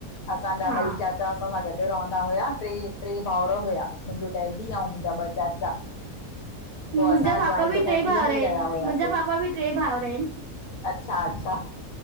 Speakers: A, on the left; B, on the right.
A: असांजा
B: हा
A: ॿई चाचा असां सां गॾु रहंदा हुया टे भाउर हुया मुंहिंजो डैडी ऐं मुंहिंजा ॿ चाचा
B: मुंहिंजा
A: पोइ असां
B: पापा
A: जॉइंट
B: बि
A: फैमिलीअ
B: टे भाउर
A: में
B: आहिनि
A: ई रहिया हुआसीं।
B: मुंहिंजा पापा बि टे भाउर आहिनि
A: अच्छा अच्छा,